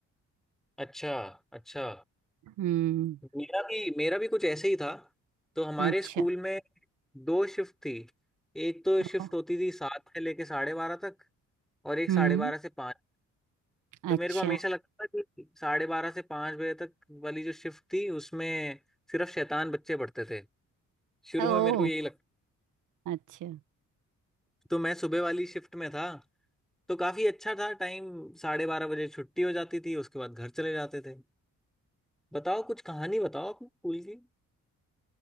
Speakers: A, in the centre; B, on the right (about 85°).
A: अच्छा अच्छा
B: हम्म
A: मेरा भी मेरा भी कुछ ऐसे ही था तो हमारे
B: अच्छा
A: स्कूल में दो शिफ्ट थी एक तो शिफ्ट
B: ओ,
A: होती थी सात से लेके साढ़े बारह तक और एक
B: हम्म
A: साढ़े बारह से पाँच तो
B: अच्छा
A: मेरे को हमेशा लगता था कि साढ़े बारह से पाँच बजे तक वाली जो शिफ्ट थी उसमें सिर्फ शैतान बच्चे पढ़ते थे शुरू
B: ओ
A: में मेरे को यही लगता
B: अच्छा
A: तो मैं सुबह वाली शिफ्ट में था तो काफी अच्छा था टाइम साढ़े बारह बजे छुट्टी हो जाती थी उसके बाद घर चले जाते थे बताओ कुछ कहानी बताओ अपने स्कूल की